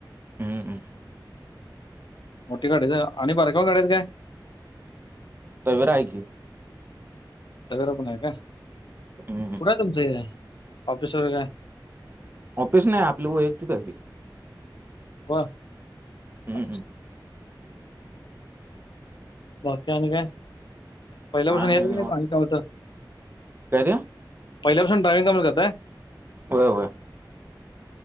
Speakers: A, on the right (about 25°); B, on the left (about 75°).
A: हम्म
B: मोठी गाडीचा आणि बारक्वा गाड्याचा काय?
A: तवीरा आहे की.
B: तवीरा पण आहे का
A: हम्म
B: कुठं आहे तुमचं ऑफिस वगैरे काय?
A: ऑफिस नाही आपली वैयक्तिक आहे ती.
B: वा
A: हम्म
B: अच्छा बाकी आणि काय पहिल्यापासून
A: हा नाही निवांत
B: <unintelligible> पाणी का होतं?
A: काय द्या
B: पहिल्यापासून ड्रायव्हिंग कामं करताय?
A: वय वय.